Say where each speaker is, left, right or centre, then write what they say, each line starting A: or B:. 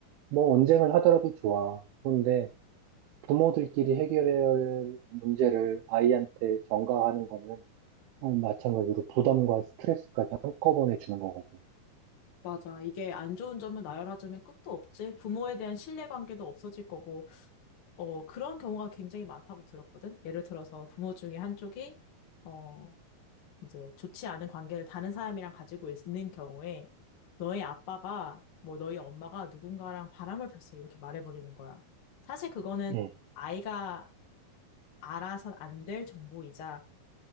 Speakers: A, on the right; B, on the left.
A: 뭐 언쟁을 하더라도 좋아. 그런데 부모들끼리 해결해야 할 문제를 아이한테 전가하는 거는 어, 마찬가지로 부담과 스트레스까지 한꺼번에 주는 거거든.
B: 맞아. 이게 안 좋은 점을 나열하자면 끝도 없지. 부모에 대한 신뢰관계도 없어질 거고, 어, 그런 경우가 굉장히 많다고 들었거든. 예를 들어서 부모 중에 한쪽이, 어, 이제 좋지 않은 관계를 다른 사람이랑 가지고 있는 경우에, 너의 아빠가, 뭐 너희 엄마가 누군가랑 바람을 폈어. 이렇게 말해버리는 거야. 사실 그거는
A: 음.
B: 아이가 알아선 안 될 정보이자,